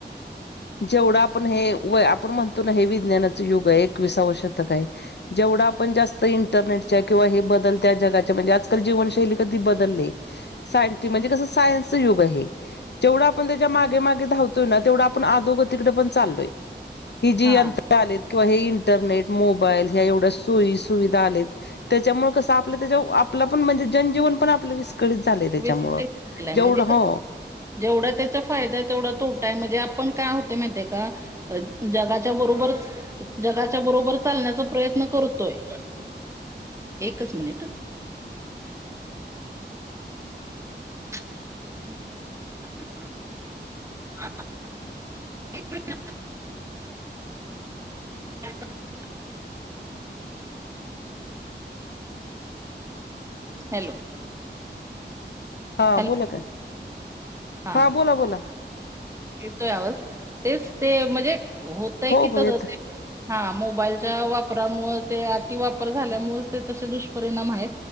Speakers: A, on the left; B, on the right.
A: जेवढं आपण हे, वय आपण म्हणतो ना हे विज्ञानाचं युग आय. एकविसाव शतक आय. जेवढ आपण जास्त इंटरनेटच्या किंवा हे बदल त्या जगाच्या म्हणजे, आजकाल जीवनशैली कधी बदलले सायंटी म्हणजे कसं सायन्सच युग ये हे जेवढ आपण त्याच्या मागे मागे धावतोय ना तेवढ आप आपण अदोगतीकडे पण चालंलोय. ही जी
B: हा
A: यंत्र आलेत. किंवा हे इंटरनेट, मोबाईल ह्या एवढ्या सोयी सुविधा आलेत. त्याच्यामुळ कसं आपलं त्याच्याव आपलं पण म्हणजे जनजीवन पण आपलं विस्क विस्कळीत झालय त्याच्यामुळ
B: विस्कळीत केलाय म्हणजे
A: जेवढं हो
B: जेवढा त्याचा फायदा हाय तेवढा तोटा आय म्हणजे आपण काय होतय माहिती का अ जगाच्या बरोबरच जगाच्या बरोबर चालण्याचा प्रयत्न करतोय. एकच मिनिटं ह <inaudible> <inaudible> हॅलो
A: हा
B: हॅलो
A: बोला काय?
B: हा,
A: बोला बोला
B: येतोय आवाज, हेच ते म्हणजे होतय
A: हो
B: की,
A: हो
B: तसंचं
A: येतोय.
B: हा, मोबाईलच्या वापरामुळ ते अतिवापर झाल्यामुळेच ते तसे दुष्परिणाम हायेत.